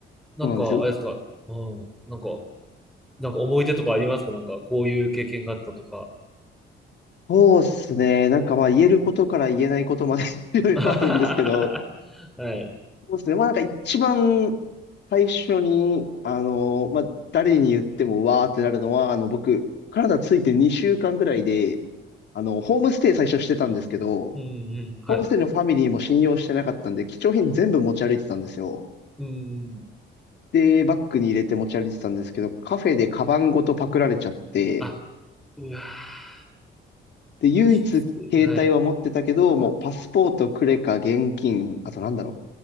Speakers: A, in the centre; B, on the left.
A: なんか、
B: そうなんですよ。
A: あれですか、うん、なんか、なんか思い出とかありますかなんか、こういう経験があったとか。
B: そうですね。なんかまあ言えることから言えないことまで <laughs> いろいろあるんですけど、
A: <laughs> はい。
B: そうですね。まあなんか一番最初に、あの、まあ誰に言ってもわーってなるのは、あの僕、カナダ着いて2週間ぐらいで、あの、ホームステイ最初してたんですけど、
A: うん、うん、はい。
B: ホームステイのファミリーも信用してなかったんで、貴重品全部持ち歩いてたんですよ。
A: うん。
B: で、バッグに入れて持ち歩いてたんですけど、カフェでカバンごとパクられちゃって、
A: あ、うわー、
B: で、唯一携帯は持ってたけど、
A: きつい。はい。
B: もうパスポート、クレカ、現金、あとなんだろ